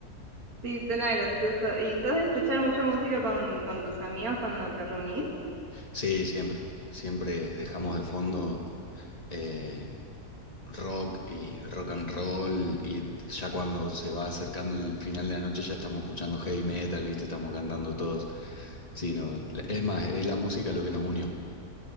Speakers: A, on the right; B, on the left.
A: Sí, suena gracioso. ¿Y sos de escuchar mucha música con, con tus amigos cuando te reunís?
B: sí, siempre, siempre dejamos de fondo. eh, rock y rock and roll y ya cuando se va acercando el final de la noche ya estamos escuchando heavy metal, ¿viste? Estamos cantando todos. Sí, no, la- es más, es la música lo que nos unió.